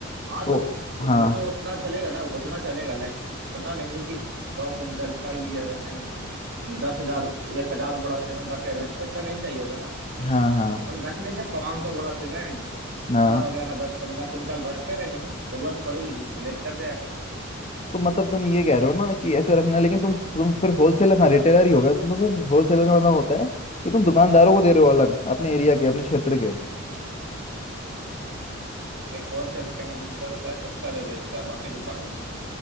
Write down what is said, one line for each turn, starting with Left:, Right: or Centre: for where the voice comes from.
Right: हाँ
Left: तो
Right: तो, तो
Left: हाँ
Right: वो तो उतना चलेगा ना उतना चलेगा लाइक उतना नहीं कि सौ कुंटल छड़ लिए हुए हैं दस हजार एक हजार बोरा सीमेंट रखे हुए हैं ऐसा नहीं चाहिए होगा ना
Left: हाँ हाँ
Right: अपन रख लेंगे पांच सौ बोरा सीमेंट
Left: हाँ
Right: छड़ वगैरह दस पंद्रह कुंटल रखे रहेंगे जरूरत पड़ेगी जिसको लेकर जाएगा
Left: तो मतलब तुम ये कह रहे हो ना कि ऐसे रखना लेकिन तुम तुम फिर होलसेलर हाँ रिटेलर ही होगा तुम तो फिर होलसेलर का मतलब होता है कि तुम दुकानदारों को दे रहे हो अलग अपने एरिया के अपने क्षेत्र के
Right: नहीं होलसेलर का मतलब होता है सस्ता जो बेचता है बाकी दुकानों से